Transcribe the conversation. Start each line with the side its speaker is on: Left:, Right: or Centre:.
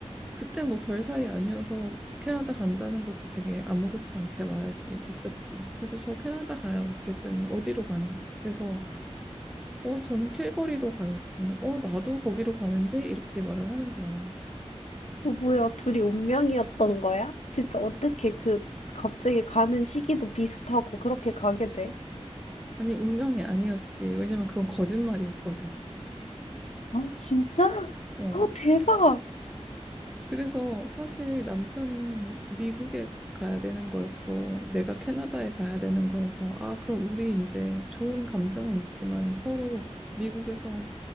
Centre: 그때 뭐 별 사이 아니어서 캐나다 간다는 것도 되게 아무렇지 않게 말할 수 있었지. 그래서 저 캐나다 가요. 그랬더니 어디로 가니? 그래서 어 저는 캘거리로 가요. 그랬더니 어 나도 거기로 가는데 이렇게 말을 하는 거야.
Left: 어, 뭐야, 둘이 운명이었던 거야? 진짜 어떻게 그, 갑자기 가는 시기도 비슷하고 그렇게 가게 돼?
Centre: 아니 운명이 아니었지. 왜냐면 그건 거짓말이었거든.
Left: 아, 진짜?
Centre: 어
Left: 아, 대박.
Centre: 그래서 사실 남편은 미국에 가야 되는 거였고 내가 캐나다에 가야 되는 거여서 아 그럼 우리 이제 좋은 감정은 있지만 서로 미국에서